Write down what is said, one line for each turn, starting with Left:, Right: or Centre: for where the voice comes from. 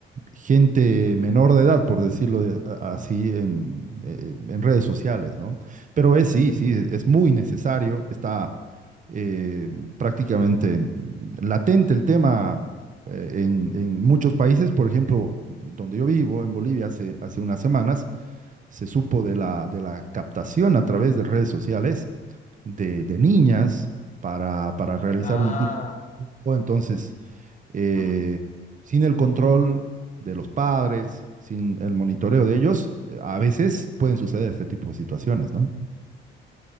Right: gente menor de edad, por decirlo de- a- así, en, eh, en redes sociales, ¿no? Pero es sí, sí, es es muy necesario, está eh, prácticamente latente el tema eh, en, en muchos países, por ejemplo, donde yo vivo, en Bolivia, hace, hace unas semanas, se supo de la, de la captación a través de redes sociales de, de niñas para, para realizar
Left: Ya. Ah,
Right: un tipo, de... entonces eh,
Left: mm.
Right: sin el control de los padres, sin el monitoreo de ellos, eh, a veces pueden suceder este tipo de situaciones, ¿no?